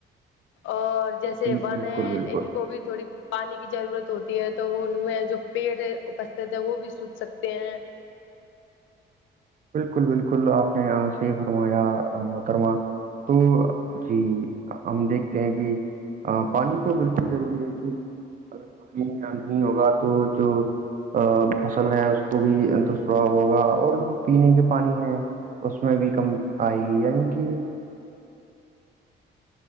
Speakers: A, on the left; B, on the right.
A: اور جیسے
B: جی
A: ون
B: بالکل
A: ہے
B: بالکل
A: ان کو بھی تھوڑی- پانی کی ضرورت ہوتی ہے تو وہ ان میں جو پیڑ اپستت ہے وہ بھی سوکھ سکتے ہیں-
B: بالکل- بالکل آپ نے صیح فرمایا- محترما تو جی- ہم دیکھتے ہیں کہ پانی تو بالکل ضروری ہے کیوںکہ- اگر پانی نہیں ہوگا تو جو- فصل ہے اس کو بھی انتسوھا ہوگا اور جو- پینے کے پانی ہے اس میں بھی کم آئے گی یعنی کہ-